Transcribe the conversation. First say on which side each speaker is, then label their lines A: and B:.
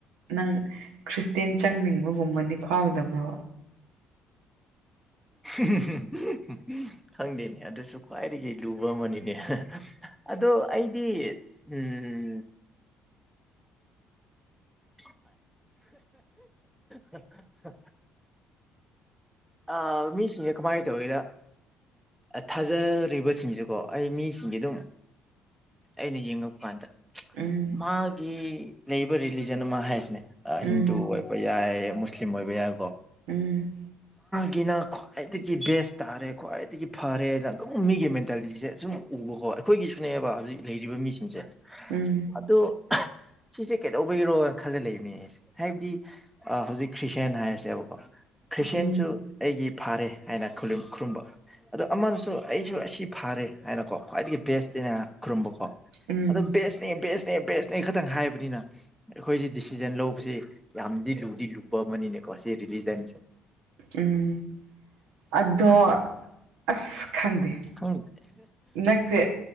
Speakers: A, on the right (about 75°); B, in the centre.
A: ꯅꯪ ꯈ꯭ꯔꯤꯁꯇꯦꯟ ꯆꯪꯅꯤꯡꯕꯒꯨꯝꯕꯗꯤ ꯐꯥꯎꯗꯕ꯭ꯔꯣ
B: ꯍꯨꯝ ꯍꯨꯝ ꯍꯨꯝ ꯍꯨꯝ ꯍꯍ ꯈꯪꯗꯦꯅꯦ ꯑꯗꯨꯁꯨ ꯈ꯭ꯋꯥꯏꯗꯒꯤ ꯂꯨꯕ ꯑꯃꯅꯤꯅꯦ ꯑꯗꯣ ꯑꯩꯗꯤ ꯎꯝ ꯍꯣꯏ ꯑ ꯍꯍꯍ ꯍꯍ ꯍ ꯍꯍ ꯑ ꯃꯤꯁꯤꯡꯁꯦ ꯀꯃꯥꯏꯅ ꯇꯧꯒꯦꯗ ꯊꯥꯖꯔꯤꯕꯁꯤꯡꯁꯤꯀꯣ ꯑꯩ ꯃꯤꯁꯤꯡꯁꯦ ꯑꯗꯨꯝ ꯑꯩꯅ ꯌꯦꯡꯉꯛꯄ ꯀꯥꯟꯗ
A: ꯎꯝ
B: ꯃꯥꯒꯤ ꯂꯩꯕ ꯔꯤꯂꯤ ꯖꯟꯅꯃ ꯍꯥꯏꯁꯤꯅꯦ ꯑ
A: ꯎꯝ
B: ꯍꯤꯟꯗꯨ ꯑꯣꯏꯕ ꯌꯥꯏ ꯃꯨꯁꯂꯤꯝ ꯑꯣꯏꯕ ꯌꯥꯏꯀꯣ
A: ꯎꯝ
B: ꯒꯤꯅ ꯈ꯭ꯋꯥꯏꯗꯒꯤ ꯕꯦꯁ ꯇꯥꯔꯦ ꯈ꯭ꯋꯥꯏꯗꯒꯤ ꯐꯔꯦꯅ ꯑꯗꯨꯝ ꯃꯤꯒꯤ ꯃꯦꯟꯇꯥꯂꯤꯇꯤꯁꯦ ꯁꯨꯝ ꯎꯕꯀꯣ ꯑꯈꯣꯏꯒꯤꯁꯨꯅꯦꯕ ꯍꯧꯖꯤꯛ ꯂꯩꯔꯤꯕ ꯃꯤꯁꯤꯡꯁꯦ
A: ꯎꯝ
B: ꯑꯗꯣ ꯁꯤꯁꯦ ꯀꯩꯗꯧ ꯕꯩꯔꯣꯅ ꯈꯜꯂ ꯂꯩꯕꯅꯦ ꯑꯩꯁꯦ ꯍꯥꯏꯕꯗꯤ ꯍꯧꯖꯤꯛ ꯈ꯭ꯔꯤꯁꯌꯥꯟ ꯍꯥꯏꯔꯁꯦꯕꯀꯣ ꯈ꯭ꯔꯤꯁꯇꯦꯟꯁꯨ
A: ꯎꯝ
B: ꯑꯩꯒꯤ ꯐꯥꯔꯦ ꯍꯥꯏꯅ ꯈꯨꯨꯔꯨꯝ ꯈꯨꯔꯨꯝꯕ ꯑꯗꯣ ꯑꯃꯅꯁꯨ ꯑꯩꯁꯨ ꯑꯁꯤ ꯐꯥꯔꯦ ꯍꯥꯏꯅꯀꯣ ꯈ꯭ꯋꯥꯏꯗꯒꯤ ꯕꯦꯁ ꯅꯦꯅ ꯈꯨꯔꯨꯝꯕ
A: ꯎꯝ
B: ꯑꯗꯨ ꯕꯦꯁꯅꯦ ꯕꯦꯁ ꯕꯦꯁꯅꯦ ꯈꯛꯇꯪ ꯍꯥꯏꯕꯅꯤꯅ ꯑꯩꯈꯣꯏꯁꯤ ꯗꯤꯁꯤꯖꯟ ꯂꯧꯕꯁꯤ ꯌꯥꯝꯗꯤ ꯂꯨꯗꯤ ꯂꯨꯕ ꯑꯃꯅꯤꯅꯦꯀꯣ ꯁꯤ ꯔꯤꯂꯤꯖꯟꯁꯦ
A: ꯎꯝ ꯑꯗꯣ ꯑꯁ ꯈꯪꯗꯦ
B: ꯈꯪ
A: ꯅꯪꯁꯦ